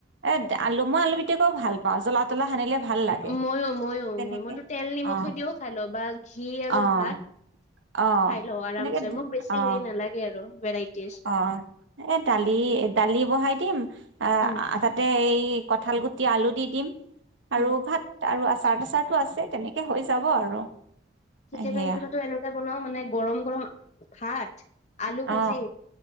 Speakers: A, on the right; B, on the left.
A: এ আলু মই আলু পিটিকা কৈ ভাল পাওঁ, জ্বলা তলা সানিলে ভাল লাগে
B: ময়ো ময়ো
A: তেনেকে
B: ময় মইতো তেল নিমখে
A: অঁ
B: দিও খাই লওঁ বা ঘি আৰু
A: অ',
B: ভাত
A: অ',
B: খাই ল আৰামছে
A: তেনেকে
B: মোক বেছি
A: অ',
B: হেৰি নালাগে আৰু। ভেৰাইটিজ
A: অ, এ দালি -দালি বহাই দিম আহ
B: উম,
A: তাতে এ এই কঁঠাল গুটি আলু দি দিম আৰু
B: উম।
A: ভাত আৰু আচাৰ তাচাৰটো আছে। তেনেকে হৈ যাব আৰু।
B: ঠিকে
A: সেয়া
B: যে কেতিয়াবাটো এনেকুৱা বনাও মানে গৰম গৰম ভাত- আলু
A: অ',
B: ভাজি